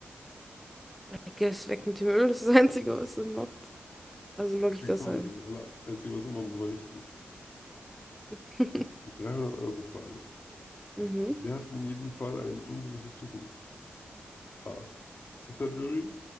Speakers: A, in the centre; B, on the left (about 45°).
A: I guess weg mit dem Öl, das ist das Einzige, was Sinn macht. Also logge ich
B: Genau,
A: das ein.
B: das ist das aller- Einzige, was immer, und zwar richtig.
A: <laughs>
B: Die 300-Euro-Frage.
A: Mhm.
B: Wer hat in jedem Fall eine ungewisse Zukunft? A. Zitterjury.